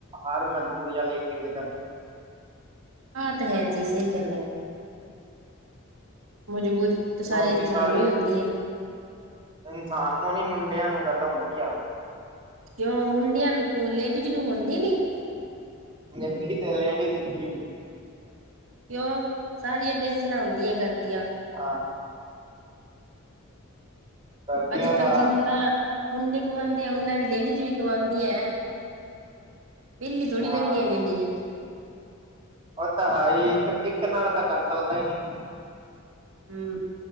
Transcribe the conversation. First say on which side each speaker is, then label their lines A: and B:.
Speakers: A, on the right; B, on the right.
A: ਹਰ ਮਜਬੂਰੀਆਂ ਲੈ ਕੇ ਬਹਿ ਜਾਂ
B: ਆ ਤਾਂ ਹੈ ਜੀ ਸਹੀ ਗੱਲ ਆ। ਮਜਬੂਰੀ ਤੇ ਸਾਰੇ
A: ਕਿਉਂਕਿ
B: ਇਨਸਾਨ
A: ਸਾਰੀ
B: ਨੂੰ ਹੀ ਹੁੰਦੀ ਐ।
A: ਇਨਸਾਨ ਨੂੰ ਨੀ ਮੁੰਡਿਆਂ ਨੂੰ ਦਾ ਤਾਂ ਹਡੀ ਆ
B: ਕਿਉਂ ਮੁੰਡਿਆਂ ਨੂੰ ਲੇਡੀਜ਼ ਨੂੰ ਹੁੰਦੀ ਨੀ
A: ਲੇਡੀਜ਼ ਨ ਕੀ
B: ਕਿਉਂ ਸਾਰੀਆਂ ਟੈਂਸ਼ਨਾਂ ਹੁੰਦੀਆਂ ਘਰ ਦੀਆਂ।
A: ਹਾਂ, ਸਰਦੀਆਂ
B: ਅੱਜ ਕੱਲ੍ਹ
A: ਦਾ
B: ਜਿੰਨਾ ਮੁੰਡੇ ਕਮਾਂਦੇ ਆ ਓਨਾ ਵੀ ਲੇਡੀਜ਼ ਵੀ ਕਮਾਂਦੀ ਐ। ਵਿਹਲੀ ਥੋੜ੍ਹੀ
A: ਹਾਂ
B: ਰਰਿੰਦੀ ਲਡੀਜ਼।
A: ਉਹ ਤਾਂ ਹੈਈ ਇੱਕ ਇੱਕ ਨਾਲ ਤਾਂ ਘਰ ਚੱਲਦਾ ਹੀ ਨਹੀਂ।
B: ਹੂੰ,